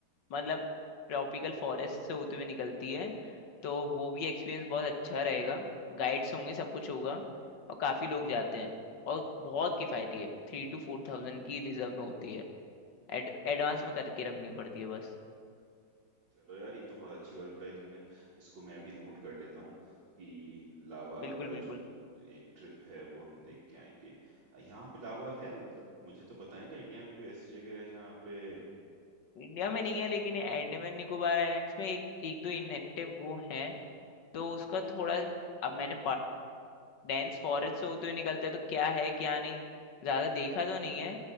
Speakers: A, on the left; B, on the right.
A: मतलब ट्रॉपिकल फॉरेस्ट से होते हुए निकलती है तो वो भी एक्सपीरियंस बहुत अच्छा रहेगा गाइड्स होंगे सब कुछ होगा और काफी लोग जाते हैं और बहुत किफायती है थ्री टू फोर थाउजेंड की रिजर्व में होती है एड, एडवांस में करके रखनी पड़ती है बस
B: चलो यार ये तो बहुत अच्छी बात बताई तुमने इसको मैं भी नोट कर लेता हूँ कि लावा
A: बिल्कुल
B: का
A: बिल्कुल
B: जो एक ट्रिप है वो हम देख के आएंगे अ, यहाँ पे लावा है मतलब मुझे तो पता नहीं था इंडिया में कोई ऐसी जगह है जहाँ पे
A: इंडिया में नहीं है लेकिन अंडमान निकोबार आइलैंड्स में एक एक दो इनएक्टिव वो हैं तो उसका थोड़ा अब मैंने डेंस फॉरेस्ट से होते हुए निकलते हैं तो क्या है क्या नहीं ज्यादा देखा तो नहीं है